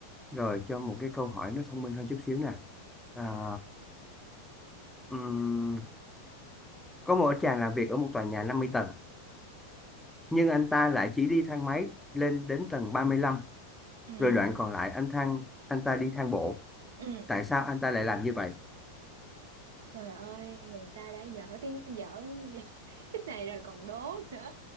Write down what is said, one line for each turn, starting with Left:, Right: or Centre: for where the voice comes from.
Centre: rồi cho một cái câu hỏi nó thông minh hơn chút xíu nè à,
Right: Trời ơi
Centre: ừm, có một chàng làm việc ở một tòa nhà năm mươi tầng nhưng anh ta lại chỉ đi thang máy lên đến tầng ba mươi lăm
Right: ừ
Centre: rồi đoạn còn lại anh thang anh ta đi thang bộ
Right: ừ
Centre: tại sao anh ta lại làm như vậy
Right: trời ơi người ta đã dở tiếng dở <laughs> cái này rồi còn đố nữa